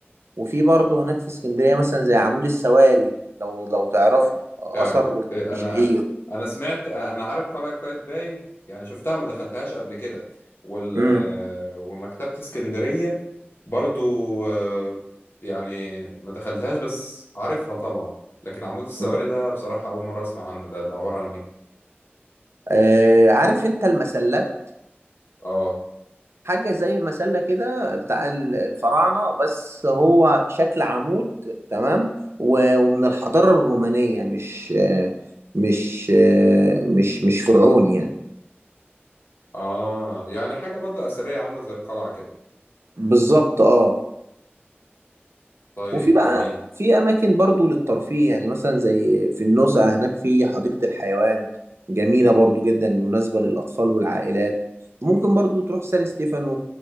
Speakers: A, on the right; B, on the left.
A: وفي برضه هناك في اسكندرية مثلا زي عمود السواري لو لو تعرفه أثر
B: يا عم
A: روماني
B: إيه،
A: شهير
B: انا انا سمعت انا عارف قلعة قايتباي يعني شفتها ما دخلتهاش قبل كده وال
A: مم.
B: ومكتبة اسكندرية برضو آه، يعني ما دخلتهاش بس عارفها طبعا لكن عمود السواري
A: مم.
B: ده بصراحة أول مرة أسمع عنه ده ده عبارة عن إيه؟
A: آه، عارف أنت المسلات
B: آه
A: حاجة زي المسلة كده بتاع ال- الفراعنة بس هو شكل عمود تمام و- ومن الحضارة الرومانية مش آه، مش آه، مش مش فرعوني يعني
B: آه يعني حاجة برضه أثرية عاملة زي القلعة كده
A: بالظبط اه
B: طيب
A: وفي بقى
B: جميل
A: في اماكن برضو للترفيه يعني مثلا زي في النزهة هناك في حديقة الحيوان جميلة برضو جدا مناسبة للاطفال والعائلات وممكن برضو تروح سان ستيفانو